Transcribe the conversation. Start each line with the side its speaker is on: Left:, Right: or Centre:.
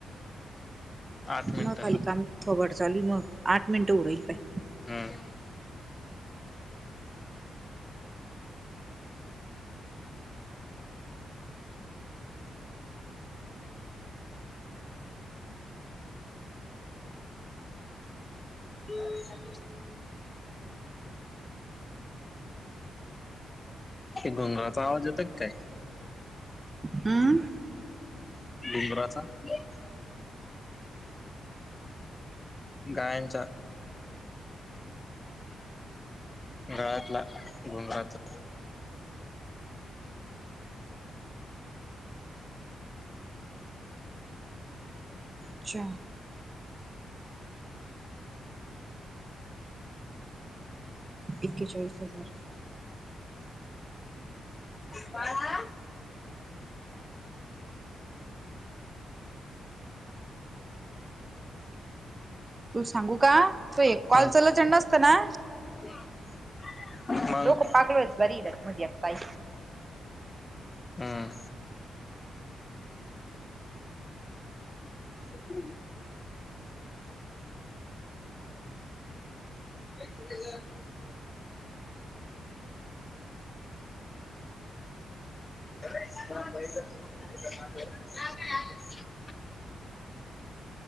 Left: आठ मिनिटं
Right: मग खाली काम थोबाट चालूल मग आठ मिनिटं उरेल पाय
Left: हम्म <unintelligible> गोंगराचा आवाज यतोय का काय
Right: हम्म
Left: <inaudible> गायंचा गळाचा गुंगराचा
Right: अछ्या एकेचाळीस हजार
Left: बाळा
Right: तू सांगू का तू एक
Left: हम्म
Right: कॉल चल च नसतं ना
Left: <unintelligible> मग
Right: डोकं पागलोच बरी मजी्पाई
Left: हम्म हम्म. <unintelligible> <unintelligible>